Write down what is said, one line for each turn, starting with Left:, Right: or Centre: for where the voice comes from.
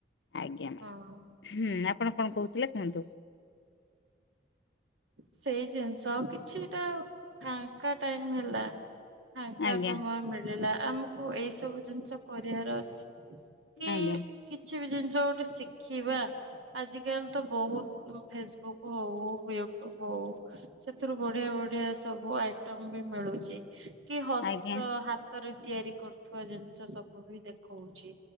Left: ଆଜ୍ଞା ମ୍ୟାଡ଼ାମ
Right: ହଁ।
Left: ହୁଁ ଆପଣ କଣ କହୁଥିଲେ କୁହନ୍ତୁ।
Right: ସେଇ ଜିନିଷ କିଛିଟା ଫାଙ୍କା ଟାଇମ ହେଲା ଫାଙ୍କା
Left: ଆଜ୍ଞା
Right: ସମୟ ମିଳିଲା ଆମକୁ ଏଇ ସବୁ ଜିନିଷ କରିବାର ଅଛି। କି
Left: ଆଜ୍ଞା
Right: କିଛି ବି ଜିନିଷ ଗୋଟେ ଶିଖିବା ଆଜିକାଲି ତ ବହୁତ ଫେସବୁକ୍ ହଉ ୟୁୁବ ଟ୍ୟୁବ ହୋଉ ସେଥିରୁ ବଢିଆ ବଢିଆ ସବୁ ଆଇଟମ ବି ମିଳୁ କି ହସ୍ତ
Left: ଆଜ୍ଞା
Right: ହାତରେ ତିଆରି କରୁଥିବା ଜିନିଷ ସବୁ ବି ଦେଖଉଛି।